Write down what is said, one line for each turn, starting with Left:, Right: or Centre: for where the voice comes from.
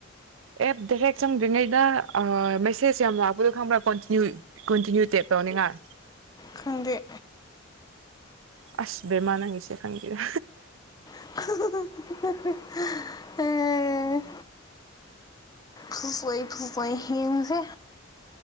Right: ꯑꯦꯕꯗꯃꯟ ꯍꯦꯛ ꯆꯪꯗ꯭ꯔꯤꯉꯩꯗ ꯑꯥ ꯃꯦꯁꯦꯁ ꯌꯥꯝ ꯂꯥꯛꯄꯗꯨ ꯈꯪꯕ꯭ꯔꯥ? ꯀꯣꯟꯇꯤꯅ꯭ꯌꯨ ꯀꯣꯟꯇꯤꯅ꯭ꯌꯨ ꯇꯦꯞ ꯇꯧꯅꯤꯡꯉꯥꯏ
Left: ꯈꯪꯗꯦ
Right: ꯑꯁ ꯕꯦꯃꯥ ꯅꯪꯒꯤꯁꯦ ꯈꯪꯗꯦꯗ
Left: <unintelligible> ꯑꯦ ꯐꯨꯂꯦ ꯐꯨꯁꯂꯦ ꯍꯦꯡꯁꯦ